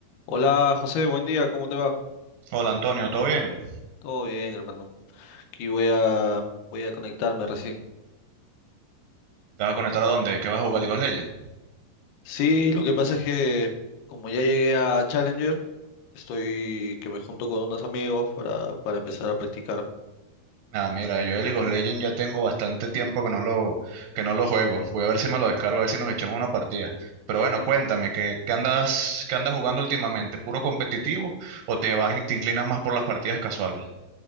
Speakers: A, on the left; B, on the right.
A: Hola José, buen día, ¿cómo te va?
B: Hola Antonio, ¿todo bien?
A: Todo bien, hermano. Aquí voy a voy a conectarme recién.
B: ¿Te vas a conectar a dónde? ¿Qué vas a jugar League of Legends?
A: Sí, lo que pasa es que como ya llegué a Challenger, estoy que me junto con unos amigos para, para empezar a practicar.
B: Nada, mira, yo de League of Legends ya tengo bastante tiempo que no lo, que no lo juego. Voy a ver si me lo descargo, a ver si nos echamos una partida. Pero bueno, cuéntame, ¿qué, qué andas, qué andas jugando últimamente? ¿Puro competitivo o te vas, te inclinas más por las partidas casuales?